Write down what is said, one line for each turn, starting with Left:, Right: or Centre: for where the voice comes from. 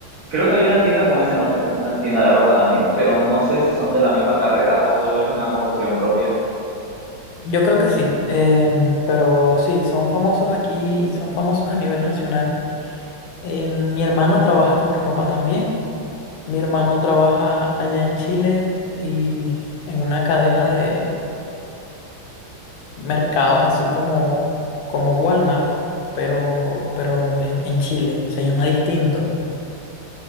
Right: Creo que hay una tienda con ese nombre, una tienda de ropa también, pero no sé si son de la misma carrera o solo es una confusión propia.
Left: Yo creo que sí, em, pero sí, son famosos aquí, son famosos a nivel nacional. Eh, mi hermana trabaja con mi papá también, mi hermano trabaja allá en Chile y en una cadena de mercados así como, como Walmart, pero, pero eh, en Chile, se llama distinto.